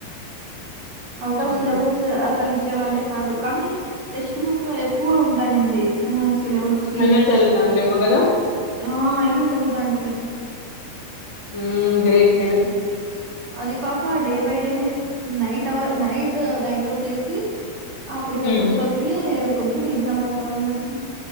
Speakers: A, on the right; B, on the left.
A: ఆవుట్ ఆఫ్
B: మ్మ్
A: సిలబస్ లు ఇచ్చే వాళ్ళ కాదు కానీ టెక్స్ట్ బుక్ లో ఎక్కువ ఉంటానింది సిలబస్ తీరి
B: అయినా చదువుతాండేమో
A: కానీ
B: కదా
A: ఆ అయినా చదువుతా అంటి మి
B: ఉం గ్రేట్ మీరు
A: అది కాక డే బై డేనే night hour night night out చేసి అప్పటికి కప్పుడు
B: మ్మ్
A: చదివి పొద్దున ఎగ్జామ్ రాసేవాళ్ళం